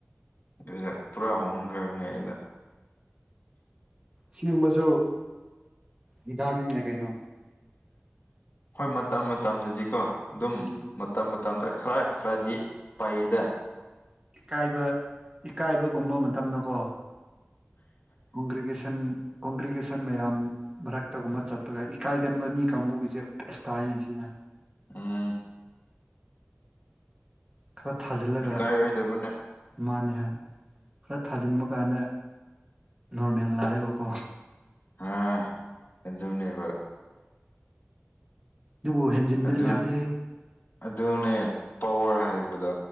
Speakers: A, on the left (about 50°); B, on the right (about 20°).
A: ꯑꯗꯨꯗ ꯄꯨꯔꯥ ꯍꯣꯡꯈ꯭ꯔꯕꯅꯦ ꯑꯩꯅ
B: ꯁꯤꯒꯨꯝꯕꯁꯨ ꯍꯤꯗꯥꯛꯅꯤꯅꯦ ꯀꯩꯅꯣ
A: ꯍꯣꯏ ꯃꯇꯝ ꯃꯇꯝꯗꯗꯤꯀꯣ ꯑꯗꯨꯝ
B: ꯎꯝ
A: ꯃꯇꯝ ꯃꯇꯝꯗ ꯈꯔ ꯈꯔꯗꯤ ꯄꯩꯌꯦꯗ
B: ꯏꯀꯥꯏꯕ ꯏꯀꯥꯏꯕꯒꯨꯝꯕ ꯃꯇꯝꯗꯀꯣ ꯀꯣꯡꯒ꯭ꯔꯤꯒꯦꯁꯟ ꯀꯣꯡꯒ꯭ꯔꯤꯒꯦꯁꯟ ꯃꯌꯥꯝ ꯃꯔꯛꯇꯒꯨꯝꯕ ꯆꯠ ꯑꯗꯨꯒ ꯏꯀꯥꯏꯒꯟꯕ ꯃꯤ ꯀꯥꯡꯕꯨꯒꯤꯁꯦ ꯄꯦꯁꯇ ꯍꯥꯏꯅ ꯁꯤꯅ
A: ꯑꯥ
B: ꯈꯔ ꯊꯥꯖꯤꯜꯂꯒ
A: ꯏꯀꯥꯏꯔꯣꯏꯗꯕꯅꯦ
B: ꯏꯃꯅꯦ ꯍꯥꯏ ꯈꯔ ꯊꯥꯖꯤꯟꯕ ꯀꯥꯟꯗ ꯅꯣꯔꯃꯦꯜ ꯂꯥꯛꯑꯦꯕꯀꯣ
A: ꯍꯥ ꯑꯗꯨꯅꯤꯕ
B: ꯑꯗꯨꯕꯨ ꯍꯦꯟꯖꯤꯟꯕꯗꯤ
A: ꯑꯗꯨ
B: ꯌꯥꯗꯦ
A: ꯑꯗꯨꯅꯦ ꯄꯋꯥꯔ ꯍꯥꯏꯕꯗꯣ